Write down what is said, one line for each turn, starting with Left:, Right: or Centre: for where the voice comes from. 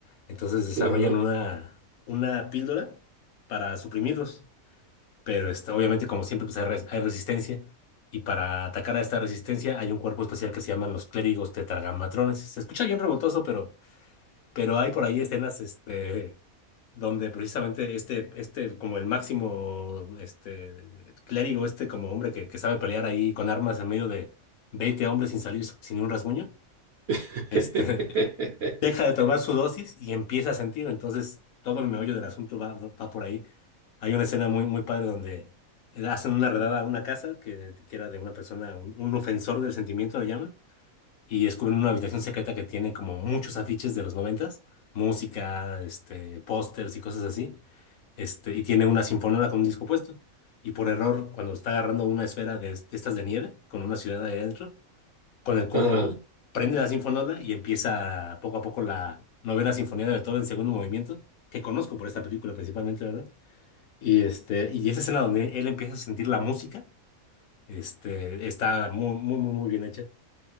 Left: Entonces desarrollan
Right: Ajá.
Left: una, una píldora para suprimirlos, pero este, obviamente, como siempre, pues hay, res- hay resistencia. Y para atacar a esta resistencia hay un cuerpo especial que se llaman los clérigos tetragamatrones. Se escucha bien revoltoso, pero... Pero hay por ahí escenas, este, donde precisamente este, este, como el máximo, este, clérigo, este como hombre que, que sabe pelear ahí con armas en medio de 20 hombres sin salir sin un rasguño,
Right: <laughs>
Left: este, <laughs> deja de tomar su dosis y empieza a sentir. Entonces, todo el meollo del asunto va, va por ahí. Hay una escena muy, muy padre donde hacen una redada a una casa que, que era de una persona, un, un ofensor del sentimiento, le llaman y descubren una habitación secreta que tiene como muchos afiches de los noventas, música, este, pósters y cosas así, este, y tiene una sinfonola con un disco puesto. Y por error, cuando está agarrando una esfera de, de estas de nieve, con una ciudad ahí adentro, con el codo
Right: Ajá,
Left: prende la sinfonola y empieza poco a poco la novena sinfonía de Beethoven, segundo movimiento, que conozco por esta película principalmente, ¿verdad? Y, este, y esa escena donde él empieza a sentir la música, este, está muy, muy, muy muy bien hecha.